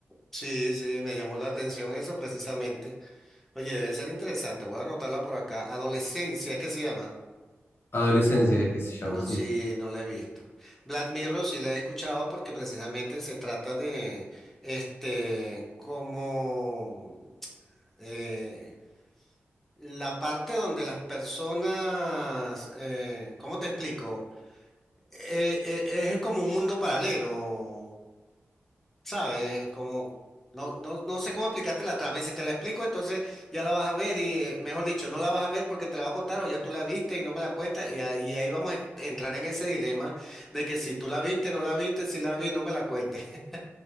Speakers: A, in the centre; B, on the left (about 55°).
A: sí, sí, me llamó la atención eso precisamente. Oye, debe ser interesante. Voy a anotarla por acá. Adolescencia, es que se llama.
B: Adolescencia es que se llama,
A: No,
B: sí.
A: sí, no la he visto. Black Mirror sí la he escuchado porque precisamente se trata de, este, como eh, la parte donde las personas, eh, ¿cómo te explico? Eh, eh, es como un mundo paralelo, ¿sabes? Como, no, no, no sé cómo explicarte la trama. Y si te la explico, entonces ya la vas a ver y, eh, mejor dicho, no la vas a ver porque te la va a contar o ya tú la viste y no me la cuentas. Y, a- y ahí vamos a en- entrar en ese dilema de que si tú la viste, no la viste, si la vi, no me la cuentes. <laughs>